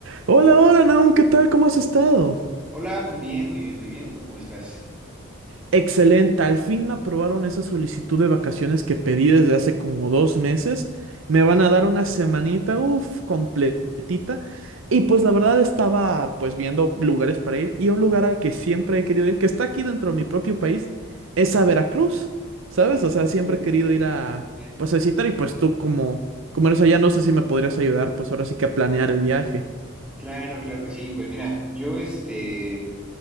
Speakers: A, on the right (about 60°); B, in the centre.
A: Hola, hola, Naum, ¿qué tal? ¿Cómo has estado?
B: Hola, muy bien, muy bien, muy bien. ¿Tú cómo estás?
A: Excelente, al fin me aprobaron esa solicitud de vacaciones que pedí desde hace como dos meses. Me van a dar una semanita, uff, completita. Y pues la verdad estaba pues viendo lugares para ir y un lugar al que siempre he querido ir, que está aquí dentro de mi propio país, es a Veracruz, ¿sabes? O sea, siempre
B: Entonces,
A: he querido ir a
B: Bien.
A: pues a visitar y pues tú como, como eres allá, no sé si me podrías ayudar pues ahora sí que a planear el viaje.
B: Claro, claro que sí. Pues mira, yo este